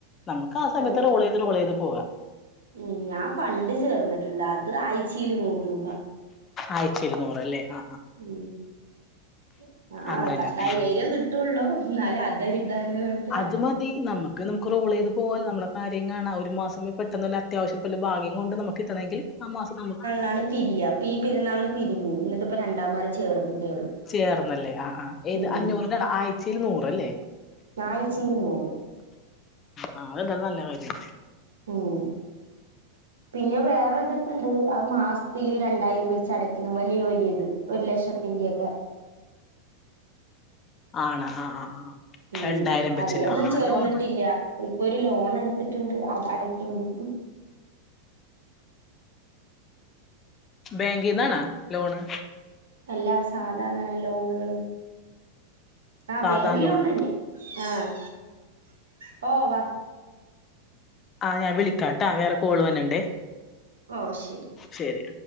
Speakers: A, on the left; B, on the right.
A: നമുക്ക് ആ സമയത്ത്
B: ഓ
A: റോളെയ്ത് ഇത്ന്ന് കൊളെയ്ത് പോവാ
B: ഉം ഞാൻ പണ്ട് ചേർന്നിട്ടുണ്ട് അത് ആഴയിച്ചീല് നൂറ് രൂപ
A: ആയ്ച്ചേല് ന്നൂറ് ല്ലേ? ആഹ് ആഹ്
B: ഉം ഉം പത്ത
A: അങ്ങനെ
B: കട്ടയെയിര
A: ഉം, ഉം.
B: കി ട്ടുള്ളൂ ന്നാലും അതൊരു താണ് പ
A: അത് മതി. നമുക്ക് നമുക്ക് റോളെയ്ത് പോവാ നമ്മള കാര്യം കാണാ ഒരു മാസം മു പെട്ടെന്ന് വല്ല അത്യാവശ്യംപല ഭാഗ്യം കൊണ്ട് നമുക്ക് കിട്ടണെങ്കിൽ ആ മാസം നമുക്ക്
B: ക്കാണ് പിരിയാ ഇപ്പ ഈ പെര്ന്നാളിന് പിരിഞ്ഞു. ഇന്ന്ട്ട്പ്പോ രണ്ടാ മറി ചേർന്നിട്ടേ ഉള്ളൂ
A: ചേർന്നല്ലേ ആഹ് ആഹ് ഏത്
B: ഉം
A: അഞ്ഞൂറിന്റൊണ് ആഴ്ച്ചേല് നൂറല്ലേ
B: ആഴ്ചയില് നൂറ്
A: ആ അതെന്തായാലും നല്ല കാര്യ
B: ഉം പിന്നെ വേറെ ഇതൊക്കെണ്ട് ആഹ് മാസത്തില് രണ്ടായിരം വെച്ച് അടക്കുന്നു വലിയ വലിയത് ഒരു ലക്ഷത്തിന്റെക്കെ
A: ആണ ആഹ് ആഹ് ആഹ്
B: ഉം
A: രണ്ടായിരം വെച്ചല്ലേ
B: അതിലൊന്നും
A: ആഹ്
B: ചേർന്നിട്ടില്ല
A: ലോൺ
B: ഇപ്പൊ ഒരു ലോൺ എടുത്തിട്ടുണ്ട് അത അടയ്ക്കുണ്ട്
A: ബാങ്കിൽന്നാണാ ലോണ്
B: അല്ലാ സാധാ ഇങ്ങനെ ലോണ്‌കൾ ആഹ്
A: സാധാ
B: ബേങ്ക് ലോൺ
A: ലോണ്
B: അല്ലെ ആഹ് ഹോ വാ
A: ആഹ് ഞൻ വിളിക്കാംട്ടാ വേറെ കോൾ വന്നണ്ടേ
B: ഓഹ് ശരി
A: ശരി